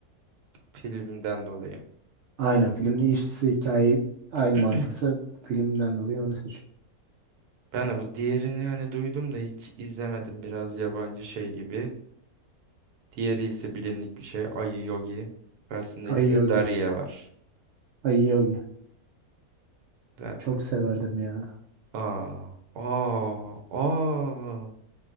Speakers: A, on the right; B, on the right.
A: filmden dolayı.
B: Aynen filmin işlisi hikaye aynı
A: <clears throat>
B: mantıksa filmden dolayı onu seçiyorum.
A: Ben de bu diğerini hani duydum da hiç izlemedim. Biraz yabancı şey gibi. Diğeri ise bilindik bir şey. Ayı Yogi. Karşısında ise
B: Ayı Yogi.
A: Daria var.
B: Ayı Yogi.
A: Zaten.
B: Çok severdim ya.
A: Aa, aa, aa.